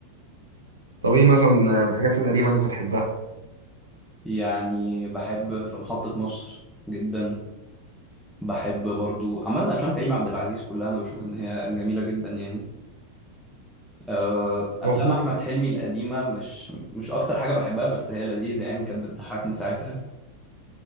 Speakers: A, on the right (about 75°); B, in the centre.
A: طب ايه مثلا الحاجات القديمه اللي انت تحبها
B: يعني بحب في محطه مصر جدا بحب برضو عامه افلام كريم عبد العزيز كلها انا بشوف ان هي جميله جدا يعني آه، افلام
A: هو كده
B: احمد حلمي القديمه مش مش اكتر حاجه بحبها بس هي لذيذه يعني كانت بتضحكني ساعتها